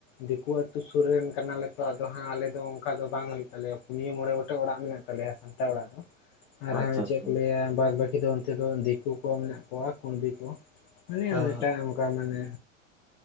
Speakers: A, on the left; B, in the centre.
A: ᱫᱤᱠᱩ ᱟᱛᱩ ᱥᱩᱨ ᱨᱮᱱ ᱠᱟᱱᱟᱞᱮ ᱛᱚ ᱟᱫᱚ ᱦᱟᱸᱜ ᱟᱞᱮ ᱫᱚ ᱚᱱᱠᱟ ᱫᱚ ᱵᱟᱝ ᱦᱩᱭᱩᱜ ᱛᱟᱞᱮᱭᱟ ᱯᱩᱱᱭᱟᱹ ᱢᱚᱬᱮ ᱜᱚᱴᱮᱡ ᱚᱲᱟᱜ ᱢᱮᱱᱟᱜ ᱛᱟᱞᱮᱭᱟ ᱥᱟᱱᱛᱟᱲ ᱚᱲᱟᱜ ᱫᱚ ᱟᱨ
B: ᱟᱪᱪᱷᱟ
A: ᱦᱚᱸ
B: ᱟᱪᱪᱷᱟ
A: ᱪᱮᱫ ᱠᱚ ᱞᱟᱹᱭᱟ ᱵᱟᱫ ᱵᱟᱹᱠᱤ ᱫᱚ, ᱛᱮᱫᱚ ᱫᱤᱠᱩ ᱠᱚ ᱢᱮᱱᱟᱜ ᱠᱚᱣᱟ ᱠᱩᱬᱵᱤ ᱠᱚ ᱢᱟᱱᱮ
B: ᱦᱮᱸ
A: ᱮᱴᱟᱜ ᱚᱱᱠᱟ ᱢᱟᱱᱮ